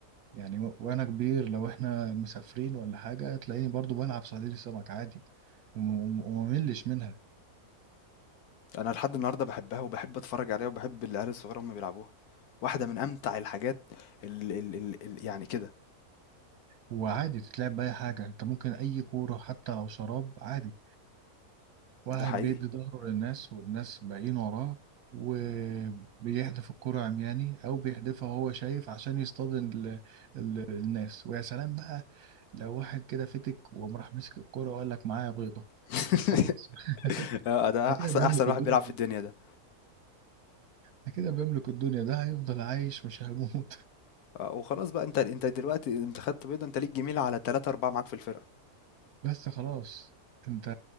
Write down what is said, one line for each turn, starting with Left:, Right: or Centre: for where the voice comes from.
Right: يعني و- وانا كبير لو احنا مسافرين ولا حاجه تلاقيني برضو بلعب صيادين السمك عادي وم- وم- ومملش منها
Left: انا لحد النهارده بحبها وبحب اتفرج عليها وبحب العيال الصغيره هم بيلعبوها واحده من امتع الحاجات ال ال ال ال يعني كده
Right: وعادي تتلعب باي حاجه انت ممكن اي كوره حتى لو شراب عادي واحد
Left: ده حقيقي
Right: بيدي ظهره للناس والناس باقيين وراه وبيحدف الكرة عمياني أو بيحدفها وهو شايف عشان يصطادن ال... ال... الناس ويا سلام بقى لو واحد كده فتك وقام راح مسك الكرة وقال لك معايا بيضة
Left: <laughs>
Right: خلاص <laughs>
Left: اه ده
Right: ده
Left: احسن
Right: كده بيملك
Left: احسن واحد
Right: الدنيا
Left: بيلعب في الدنيا ده
Right: ده كده بيملك الدنيا ده هيفضل عايش مش هيموت
Left: آه، وخلاص بقى انت انت دلوقتي انت خدت بيضه انت ليك جميله على ثلاثة أربعة معاك في الفرقه
Right: <laughs> بس خلاص انت